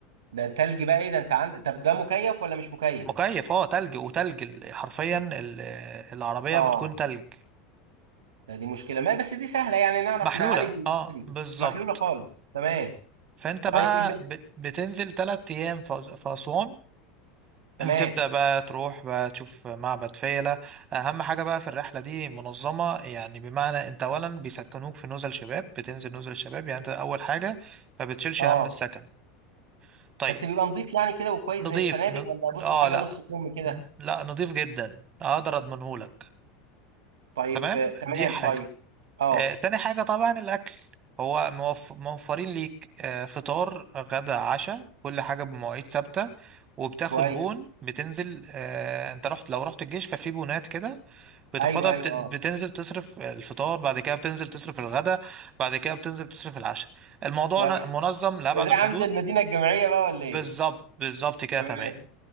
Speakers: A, on the right; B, on the right.
A: ده تلج بقى ايه ده انت عندك طب ده مكيف ولا مش مكيف؟
B: مكيف اه تلج وتلج ال- حرفيا ال- العربية
A: اه
B: بتكون تلج
A: ده دي مشكلة ما بس دي سهلة يعني نعرف
B: محلولة
A: نعالج الحاجة
B: اه
A: دي
B: بالظبط
A: محلولة خالص تمام
B: فانت بقى
A: طيب
B: بت- بتنزل تلات ايام في أس- في اسوان <clears throat>
A: تمام
B: تبدأ بقى تروح بقى تشوف معبد فيلة أهم حاجة بقى في الرحلة دي منظمة يعني بمعنى أنت أولا بيسكنوك في نزل شباب بتنزل نزل الشباب يعني أنت أول حاجة ما بتشيلش
A: اه
B: هم السكن طيب
A: بس بيبقى نظيف يعني كده وكويس
B: نضيف
A: زي الفنادق
B: ن...
A: ولا بص
B: آه
A: حاجة
B: لا
A: نص كم كده
B: لا نضيف جدا أقدر أضمنهولك
A: طيب
B: تمام
A: آه، تمام
B: دي حاجة
A: طيب اه
B: آه، تاني حاجة طبعا الأكل هو موف- موفرين ليك آه، فطار غدا عشاء كل حاجة بمواعيد ثابتة وبتاخد
A: كويس
B: بون بتنزل آه، انت رحت لو رحت الجيش ففي بونات كده بتاخدها
A: ايوه ايوه
B: بت- بتنزل
A: اه
B: تصرف الفطار بعد كده بتنزل تصرف الغدا بعد كده بتنزل تصرف العشاء الموضوع
A: كويس
B: ن- منظم لأبعد
A: ده زي
B: الحدود
A: عامل زي المدينة الجامعية بقى ولا ايه؟
B: بالظبط بالظبط كده
A: تمام
B: تمام